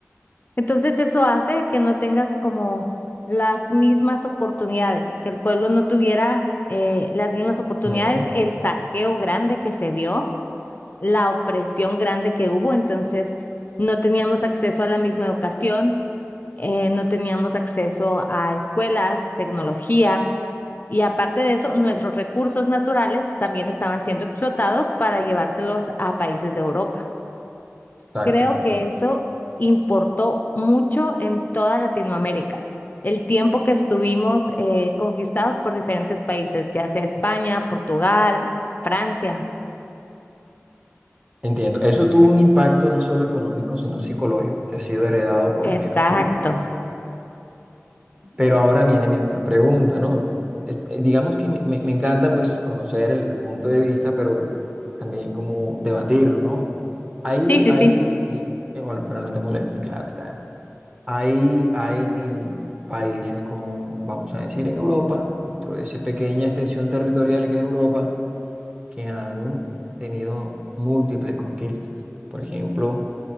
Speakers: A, on the left; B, on the right.
A: Entonces eso hace que no tengas como las mismas oportunidades, que el pueblo no tuviera eh, las mismas oportunidades,
B: Ujú,
A: el saqueo grande que se dio la opresión grande que hubo, entonces no teníamos acceso a la misma educación, eh, no teníamos acceso a escuelas, tecnología y aparte de eso, nuestros recursos naturales también estaban siendo explotados para llevárselos a países de Europa.
B: Exacto.
A: Creo que eso importó mucho en toda Latinoamérica. El tiempo que estuvimos eh, conquistados por diferentes países, ya sea España, Portugal, Francia.
B: Entiendo. Eso tuvo un impacto no solo económico, sino psicológico, que ha sido heredado por
A: Exacto.
B: generaciones. Pero ahora viene mi otra pregunta, ¿no? Eh, eh, Digamos que me, me- me encanta pues conocer el, el punto de vista, pero también como debatirlo, ¿no? Hay,
A: Sí, sí,
B: hay,
A: sí.
B: eh, bueno, pero no te moleste, claro está. Hay, hay países como, vamos a decir, en Europa, dentro de esa pequeña extensión territorial que es Europa, que han tenido múltiples conquistas. Por ejemplo,